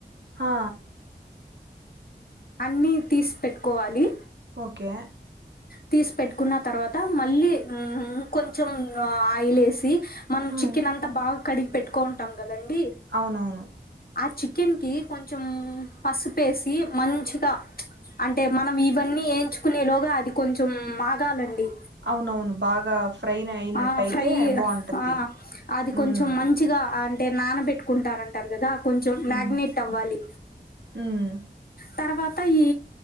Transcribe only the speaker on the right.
హా
ఓకే
ఉమ్
అవునవును
అవునవును బాగా ఫ్రైన్ అయినట్టయితే
బావుంటది
ఉమ్
ఉమ్
ఉమ్